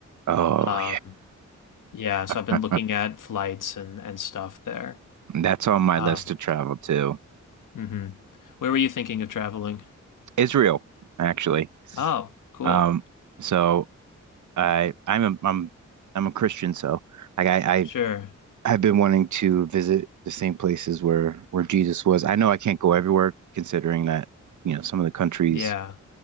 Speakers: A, on the right; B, on the left.
A: Oh,
B: Um, yeah, so I've been
A: yeah.
B: looking at flights and and stuff there.
A: That's on my
B: Um,
A: list to travel to.
B: hmm Where were you thinking of traveling?
A: Israel, actually.
B: Oh, cool.
A: Um, so I I'm a, I'm I'm a Christian, so like I I
B: Sure.
A: I've been wanting to visit the same places where where Jesus was. I know I can't go everywhere considering that, you know, some of the countries
B: Yeah.